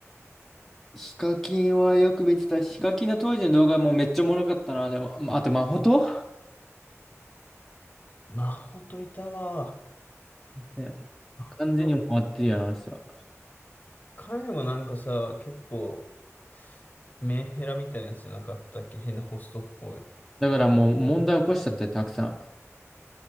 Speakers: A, in the centre; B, on the left.
A: ヒカキンはよく見てた。ヒカキンの当時の動画もめっちゃおもろかったな。でも、まああと、マホト
B: マホといたわ。
A: ね完全にもわってるよな、
B: ほんと、
A: あの人は。
B: 彼もなんかさ、結構、メンヘラみたいなやつじゃなかったっけ変なホストっぽい。
A: だからもう問題起こしちゃって、たくさん。